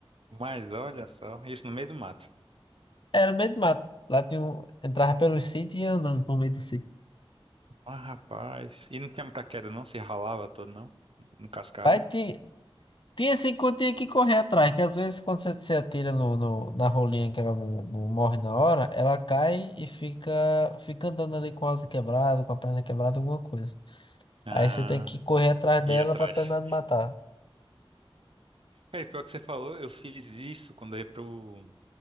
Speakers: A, on the right; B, on the left.
A: Mas olha só, isso no meio do mato.
B: Era no meio do mato. Lá tinha um, entrava pelos sítios e ia andando por meio do sítio.
A: Ah, rapaz. E não tinha muita queda, não? Se ralava todo, não? No cascalho?
B: Vai ter, tem esse encontrinho que correr atrás, que às vezes quando você se atira no, no- na rolinha que ela não, não morre na hora, ela cai e fica, fica andando ali com a asa quebrada, com a perna quebrada, alguma coisa.
A: Ah,
B: Aí você tem que correr atrás dela
A: ia atrás.
B: pra terminar de matar.
A: É, pior que você falou, eu fiz isso quando eu ia pro,